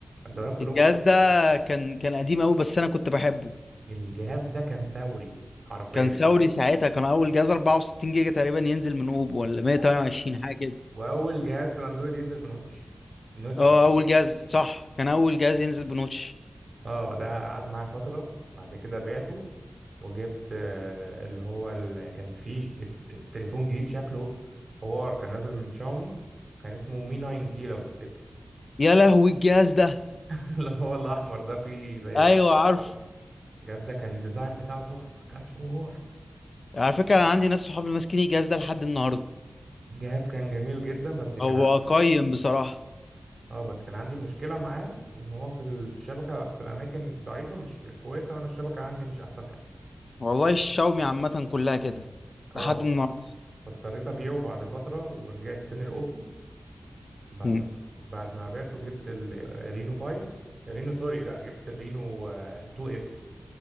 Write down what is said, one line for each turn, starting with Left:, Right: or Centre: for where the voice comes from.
Right: جربت
Left: الجهاز
Right: الاوبو
Left: ده كان كان قديم قوي بس انا كنت بحبه
Right: الجهاز ده كان ثوري حرفيا
Left: كان ثوري ساعتها كان اول جهاز 64 جيجا تقريبا ينزل من اوبو ولا 128
Right: وأول
Left: حاجه كده
Right: وأول جهاز في الاندرويد ينزل بنوتش النوتش
Left: اه
Right: بتاع
Left: اول جهاز صح كان اول جهاز ينزل بنوتش
Right: اه ده قعد معايا فترة بعد كده بعته وجبت آه، اللي هو ال... كان فيه ج- اس- تليفون جديد شكله حوار كان نازل من شاومي كان اسمه مي 9 تي لو تفتكره
Left: يا لهوي الجهاز ده
Right: <laughs> اللي هو الاحمر ده فيه زي
Left: ايوه
Right: شراب
Left: عارف
Right: كده. جد ده كان الديزاين بتاعه تحفة كان حوار
Left: على فكره انا عندي ناس صحابي ماسكين الجهاز ده لحد النهارده
Right: الجهاز كان جميل جدا بس كان
Left: هو
Right: عندي
Left: قيم بصراحه
Right: اه بس كان عندي مشكلة معاه ان هو في الشبكة في الاماكن ضعيفة مش مش كويسة وانا الشبكة عندي مش احسن حاجة
Left: والله الشاومي عامه كلها كده
Right: اه
Left: لحد النهارده
Right: فاضطريت ابيعه بعد فترة ورجعت تاني الاوبو بعد
Left: 2
Right: ما بعد ما بعته جبت الرينو 5 رينو سوري لا جبت الرينو آه، 2 اف